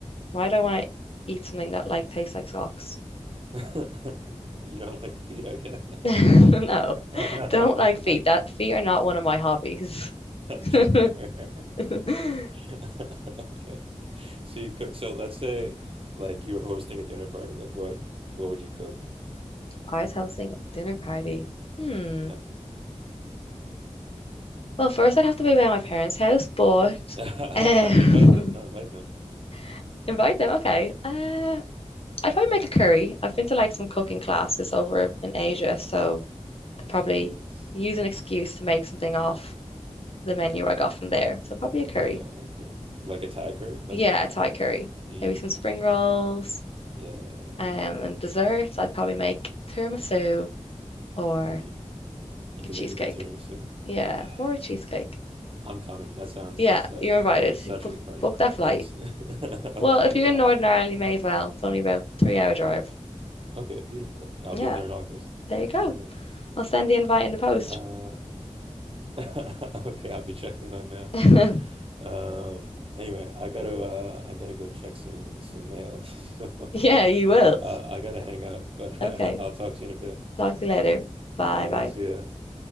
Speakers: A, on the left (about 50°); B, on the right (about 45°).
A: why do I want to eat something that like tastes like socks?
B: <laughs> You don't like feet, I guess.
A: <laughs> No,
B: <laughs>
A: don't like feet. That feet are not one of my hobbies. <laughs>
B: Fair.
A: If
B: <laughs> Okay. So you cook. So let's say, like, you were hosting a dinner party. Like, what what would you cook?
A: I was hosting a dinner party. Hmm.
B: Yeah.
A: Well, first I'd have to be by my parents' house, but
B: <laughs> Invite
A: um,
B: them. No, invite them.
A: <laughs> invite them. Okay. Uh, I'd probably make a curry. I've been to like some cooking classes over in Asia, so
B: Yes.
A: I'd probably use an excuse to make something off the menu I got from there. So probably a curry.
B: Yeah, okay. Like a Thai curry, like
A: Yeah,
B: we talked
A: Thai
B: about.
A: curry.
B: Mm,
A: Maybe some spring rolls.
B: yeah.
A: Um, and desserts, I'd probably make tiramisu or
B: Mm, you
A: a
B: can
A: cheesecake.
B: make a good tiramisu.
A: Yeah,
B: Yes.
A: more a cheesecake.
B: I'm coming. That sounds
A: Yeah,
B: such
A: you're invited.
B: like such
A: You Book,
B: a good party.
A: book that flight.
B: Thanks. <laughs> Okay,
A: Well, if
B: I'm
A: you're
B: down.
A: in Northern Ireland, you may as well. It's only about three hour drive.
B: Okay, beautiful. I'll
A: Yeah,
B: be there in August.
A: there you go.
B: Can't wait.
A: I'll send the invite in the post.
B: Uh, <laughs> okay, I'll be checking my mail.
A: <laughs>
B: Um, anyway, I gotta uh I gotta go check some some mail. <laughs> So
A: Yeah, you will.
B: uh, I gotta hang up, but
A: Okay,
B: <laughs> uh, I'll talk to you in a bit.
A: talk to you later. Bye
B: Okay,
A: bye.
B: see ya.